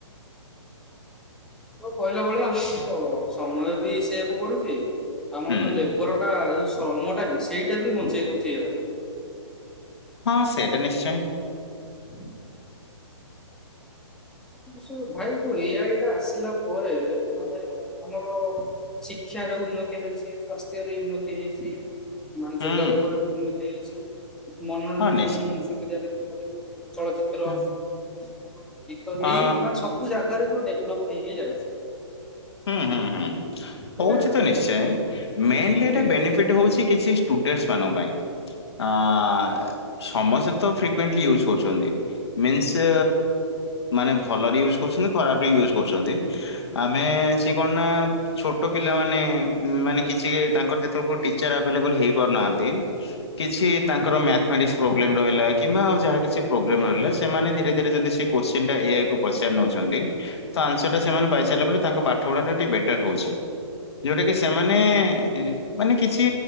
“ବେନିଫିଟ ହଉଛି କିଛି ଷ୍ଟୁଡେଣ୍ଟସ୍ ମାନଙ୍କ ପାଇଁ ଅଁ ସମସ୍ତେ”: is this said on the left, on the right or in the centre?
Left